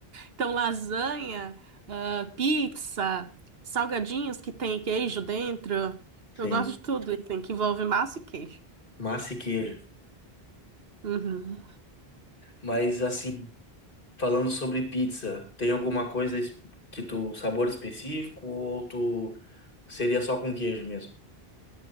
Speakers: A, on the right; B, on the left.
A: então lasanha, ah, pizza, salgadinhos que tem queijo dentro. Eu
B: Sim,
A: gosto de tudo, assim, que envolve massa e queijo.
B: massa e queijo.
A: Uhum.
B: Mas assim, falando sobre pizza, tem alguma coisa es- que tu, sabor específico ou tu seria só com queijo mesmo?